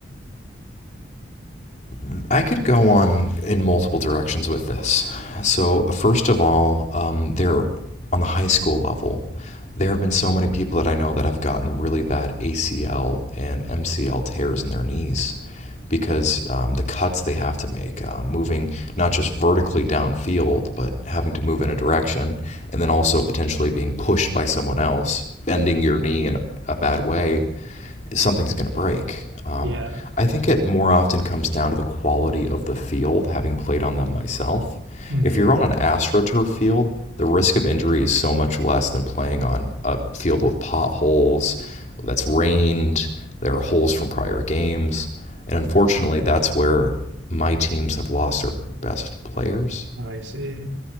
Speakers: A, on the left (about 40°); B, on the right (about 85°).
A: Um, I could go on in multiple directions with this. So, first of all, um, there on the high school level, there have been so many people that I know that have gotten really bad ACL and MCL tears in their knees
B: Mhm.
A: because um, the cuts they have to make, um, moving not just vertically downfield, but having to move in a direction, and then also potentially being pushed by someone else, bending your knee in a, a bad way, something's going to break. Um,
B: Yeah.
A: I think it more often comes down to the quality of the field, having played on them myself.
B: hmm
A: If you're on an AstroTurf field, the risk of injury is so much less than playing on a field with potholes that's rained, there are holes from prior games. And unfortunately, that's where my teams have lost their best players.
B: Oh, I see.